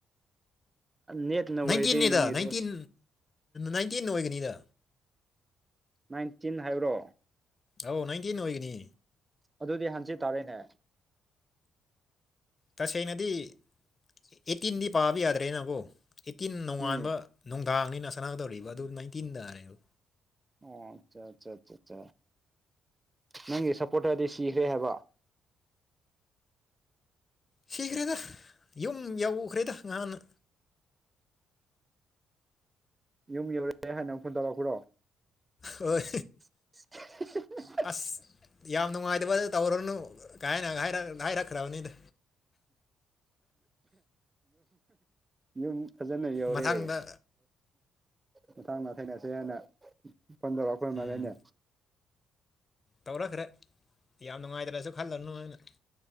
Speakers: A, on the right (about 20°); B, on the left (about 30°).
A: ꯅꯦꯠꯅ ꯑꯣꯏꯔꯗꯤ
B: ꯅꯥꯏꯟꯇꯤꯟꯅꯤꯗ
A: ꯅꯪꯒꯤꯗꯣ
B: ꯅꯥꯏꯟꯇꯤꯟ ꯅꯥꯏꯟꯇꯤꯟ ꯑꯣꯏꯒꯅꯤꯗ
A: ꯅꯥꯏꯟꯇꯤꯟ ꯍꯥꯏꯕ꯭ꯔꯣ
B: ꯑꯧ ꯅꯥꯏꯟꯇꯤꯟ ꯑꯣꯏꯒꯅꯤ
A: ꯑꯗꯨꯗꯤ ꯍꯪꯆꯤꯠ ꯇꯥꯔꯦꯅꯦ
B: ꯇꯁꯦꯡꯅꯗꯤ ꯑꯩꯠꯇꯤꯟꯗꯤ ꯄꯥꯕ ꯌꯥꯗ꯭ꯔꯦꯅꯀꯣ ꯑꯩꯠꯇꯤꯟ ꯅꯣꯡꯉꯥꯟꯕ
A: ꯎꯝ
B: ꯅꯨꯡꯗꯥꯡꯅꯤꯅ ꯁꯅꯥꯒꯗꯧꯔꯤꯕ ꯑꯗꯨ ꯅꯥꯏꯟꯇꯤꯟ ꯇꯥꯔꯦꯕ
A: ꯑꯣ ꯑꯠꯆꯥ ꯑꯠꯆꯥ ꯑ ꯑ ꯅꯪꯒꯤ ꯁꯞꯄꯣꯔꯠꯇꯔꯗꯤ ꯁꯤꯈ꯭ꯔꯦ ꯍꯥꯏꯕ
B: ꯁꯤꯈ꯭ꯔꯦꯗ ꯌꯨꯝ ꯌꯧꯈ꯭ꯔꯦꯗ ꯉꯍꯥꯟꯅ꯫
A: ꯌꯨꯝ ꯌꯧꯔꯦ ꯍꯥꯏꯅ ꯐꯣꯟ ꯇꯧꯔꯛꯄꯔꯣ
B: ꯍꯣꯏ
A: ꯎ ꯍꯍ
B: ꯑꯁ ꯌꯥꯝ ꯅꯨꯡꯉꯥꯏꯇꯕ ꯇꯧꯔꯅꯨ ꯀꯥꯏ ꯍꯥꯏꯅ ꯍꯥꯏꯔꯛꯈ꯭ꯔꯕꯅꯤꯗ
A: ꯌꯨꯝ ꯐꯖꯅ ꯌꯧꯔꯦ
B: ꯃꯊꯪꯗ
A: ꯃꯊꯪꯗ ꯊꯦꯡꯅꯁꯦ ꯍꯥꯏꯅ ꯐꯣꯟ ꯇꯧꯔꯛꯄ ꯃꯥꯜꯂꯦꯅꯦ
B: ꯎꯝ ꯇꯧꯔꯛꯈ꯭ꯔꯦ ꯌꯥꯝ ꯅꯨꯡꯉꯥꯏꯇ꯭ꯔꯁꯨ ꯈꯜꯂꯅꯨ ꯍꯥꯏꯅ